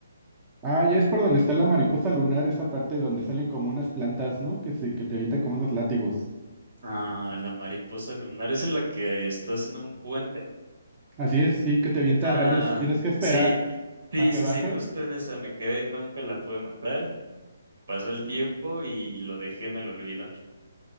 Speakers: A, on the right (about 25°); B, on the right (about 75°).
A: Ah, ya es por donde está la mariposa lunar, esa parte donde salen como unas plantas, ¿no? Que se, que te avientan como unos látigos.
B: Ah, la mariposa lunar es en la que estás en un puente.
A: Así es, sí, que te avienta
B: Ah,
A: rayos y tienes que esperar
B: sí, sí,
A: a que
B: sí,
A: baje.
B: sí, justo en esa me quedé, nunca la pude matar. Pasó el tiempo y lo dejé en el olvido.